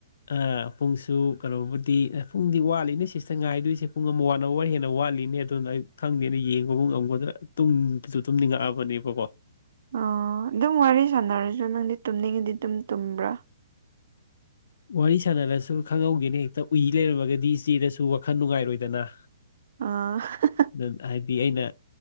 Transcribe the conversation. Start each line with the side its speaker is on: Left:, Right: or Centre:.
Left: ꯑ ꯄꯨꯡꯁꯨ ꯀꯅꯣꯕꯨꯗꯤ ꯑ ꯄꯨꯡꯗꯤ ꯋꯥꯠꯂꯤꯅꯦ ꯁꯤꯁꯇ ꯉꯥꯏꯗꯣꯏꯁꯤ ꯄꯨꯡ ꯑꯃ ꯋꯥꯟ ꯑꯋꯥꯔ ꯍꯦꯟꯅ ꯋꯥꯠꯂꯤꯅꯦ ꯑꯗꯨ ꯗꯨꯅ ꯑꯩ ꯈꯪꯗꯦꯅ ꯌꯦꯡꯕꯕꯨ ꯉꯝꯒꯗ꯭ꯔ ꯇꯨꯝꯁꯨ ꯇꯨꯝꯅꯤꯡꯉꯛꯑꯕꯅꯦꯕꯀꯣ
Right: ꯑ ꯗꯨꯝ ꯋꯥꯔꯤ ꯁꯥꯟꯅꯔꯁꯨ ꯅꯪꯗꯤ ꯇꯨꯝꯅꯤꯡꯉꯤꯗꯤ ꯑꯗꯨꯝ ꯇꯨꯝꯕ꯭ꯔꯥ
Left: ꯋꯥꯔꯤ ꯁꯥꯟꯅꯔꯁꯨ ꯈꯪꯍꯧꯒꯦꯅꯦ ꯍꯦꯛꯇ ꯎꯏ ꯂꯩꯔꯝꯃꯒꯗꯤ ꯏꯆꯦꯗꯁꯨ ꯋꯥꯈꯜ ꯅꯨꯡꯉꯥꯏꯔꯣꯏꯗꯅ
Right: ꯑꯥ ꯍ
Left: ꯅꯠ ꯍꯥꯏꯗꯤ ꯑꯩꯅ